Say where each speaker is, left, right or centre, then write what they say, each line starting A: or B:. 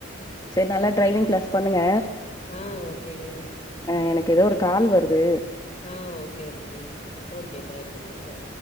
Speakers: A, on the left; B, on the left.
A: சேர் நல்லா டிரைவிங் கிளாஸ் பண்ணுங்க
B: ஆ ஓகேங்க
A: ஆ எனக்கு ஏதோ ஒரு கால் வர்து
B: ஆ okay okay okay bye Brew ஆ